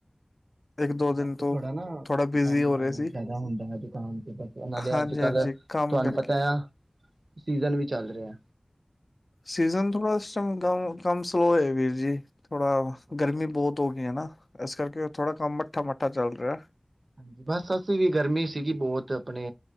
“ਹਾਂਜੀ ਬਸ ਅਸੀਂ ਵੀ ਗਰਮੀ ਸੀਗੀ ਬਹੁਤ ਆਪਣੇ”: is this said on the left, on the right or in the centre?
Right